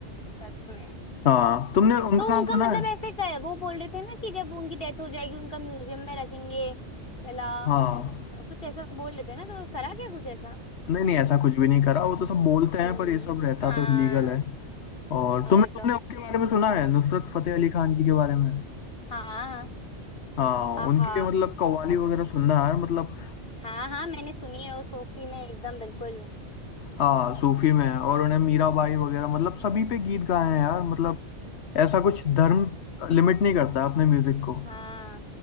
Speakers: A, on the left; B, on the left.
A: सच में
B: हाँ तुमने उनका
A: तो
B: नाम
A: उनका
B: सुना
A: मतलब
B: है
A: ऐसे कर, वो बोल रहे थे ना कि जब उनकी डेथ हो जाएगी उनका म्यूजियम में रखेंगे वाला
B: हाँ
A: अ, कुछ ऐसा बोल रहे थे ना तो करा क्या कुछ ऐसा
B: नहीं नहीं ऐसा कुछ भी नहीं करा वो तो सब बोलते हैं
A: हम्म
B: पर ये सब रहता
A: हाँ
B: तो इलीगल है और
A: वही
B: तुमने
A: तो
B: तुमने उनके बारे में सुना है नुसरत फतेह अली खान जी के बारे में
A: हाँ
B: हाँ
A: आहा
B: उनकी मतलब कव्वाली वगैरह सुनना यार मतलब
A: हाँ हाँ मैंने सुनी है वो सोफी में एकदम बिल्कुल
B: हाँ सूफी में और उन्हें मीराबाई वगैरह मतलब सभी पे गीत गाए हैं यार मतलब ऐसा कुछ धर्म लिमिट नहीं करता अपने म्यूजिक को
A: हाँ